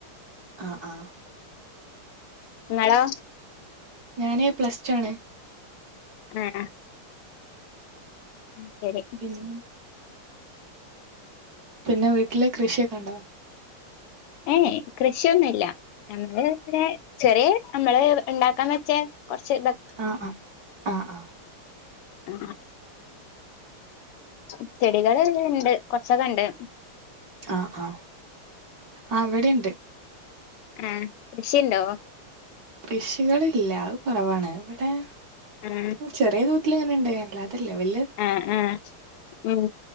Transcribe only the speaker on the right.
ആഹ് ആഹ്
ഞാന് പ്ലസ് ടു ആണ്
പിന്ന പിന്നെ വീട്ടില് കൃഷിയൊക്കെണ്ടോ?
ആഹ് ആഹ് ആഹ് ആഹ്
ആഹ് ആഹ് ആഹ് ഇവിടെണ്ട്
കൃഷികളില്ല അത് കൊറവാണ് ഇവിടെ
ഉം ചെറിയ തോതില് ഇങ്ങനെണ്ട് അല്ലാതെല്ല വല്യ